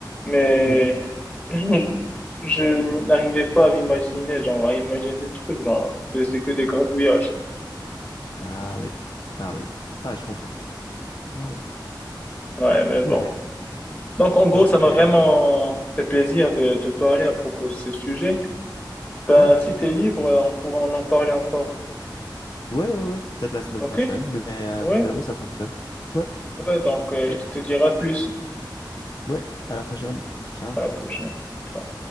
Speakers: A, on the left (about 20°); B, on the left (about 55°).
A: mais
B: Mhm.
A: je, je n'arrivais pas à m'imaginer, genre, à imaginer des trucs, genre, je faisais que des gribouillages.
B: Ah oui. Ah oui. Ah, je comprends. Ouais.
A: Ouais, mais bon.
B: Eh bien,
A: Donc, en gros,
B: donc,
A: ça m'a
B: euh,
A: vraiment fait plaisir de te parler à propos de ce sujet. Ben,
B: ouais.
A: si t'es libre, euh, on pourra en en parler encore.
B: Ouais, ouais, ouais. Peut-être la semaine
A: Ok?
B: prochaine, mais, euh,
A: Ouais?
B: mais oui, ça fonctionne. Ouais.
A: Ouais, donc,
B: OK.
A: euh, je te dirai plus
B: Ouais. À la prochaine. Ciao.
A: à la prochaine. Ciao.